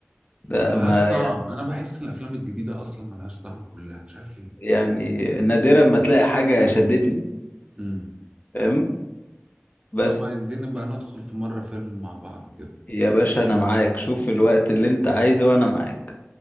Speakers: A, on the left; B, on the right.
A: ده
B: ملهاش
A: ما
B: طعم انا بحس ان الافلام الجديدة اصلا ملهاش طعم كلها مش عارف ليه
A: يعني نادرا ما تلاقي حاجة شدتني
B: مم.
A: فاهم بس
B: طب عايزين نبقى ندخل في مرة فيلم مع بعض كده
A: يا باشا انا معاك شوف الوقت اللي انت عايزه وانا معاك